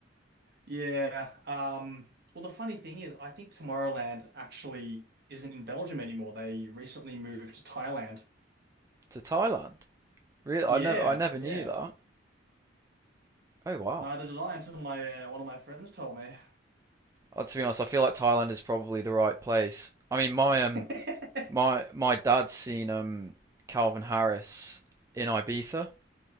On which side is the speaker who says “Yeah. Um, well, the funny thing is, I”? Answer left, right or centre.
Right